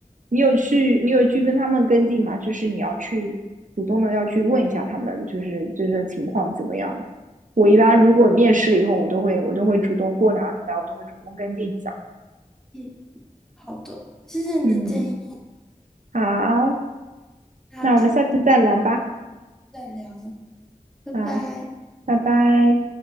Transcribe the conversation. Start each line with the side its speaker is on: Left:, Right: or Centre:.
Right: 你有去你有去跟他们跟进吗？就是你要去主动的要去问一下他们，就是就是情况怎么样。我一般如果面试了以后，我都会我都会主动过两个礼拜，我都会主动跟进一下。
Centre: 嗯，好的，谢谢你的建议，
Right: 嗯，好，
Centre: 那祝你
Right: 那我们下次再聊吧。
Centre: 再聊，拜拜。
Right: 好，拜拜。